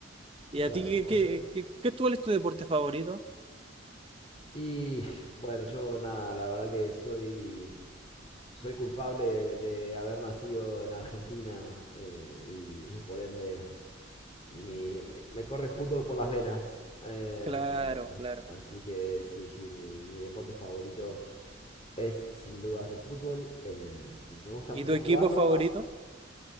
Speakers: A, on the right; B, on the left.
A: ¿Y
B: Claro,
A: a ti qué,
B: o
A: qué,
B: sea...
A: qué, qué- cuál es tu deporte favorito?
B: Y bueno, yo nada, la verdad que soy soy culpable de, de haber nacido en Argentina eh, y, y por ende mi- me, me corre fútbol por las venas. eh,
A: Claro,
B: as-
A: claro.
B: así que sí, sí, mi, mi deporte favorito es sin dudas el fútbol. eh, me gusta
A: ¿Y
B: mucho
A: tu equipo
B: jugarlo
A: favorito?
B: ah,